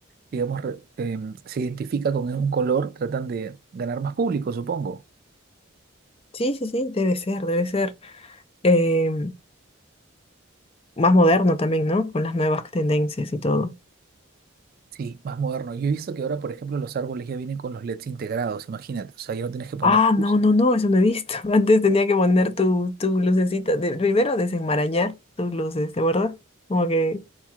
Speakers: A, on the right (about 45°); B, on the left (about 25°).
A: digamos, re- em, se identifica con un color, tratan de ganar más público, supongo.
B: Sí, sí, sí, debe ser, debe ser. em, más moderno también, ¿no? Con las nuevas tendencias y todo.
A: Sí, más moderno. Yo he visto que ahora, por ejemplo, los árboles ya vienen con los LEDs integrados, imagínate. O sea, ya no tienes que poner
B: Ah,
A: luz,
B: no, no, no, eso no he visto. <laughs> Antes tenía que poner tu, tu lucecita. de- primero desenmarañar tus luces, ¿te acuerdas? Como que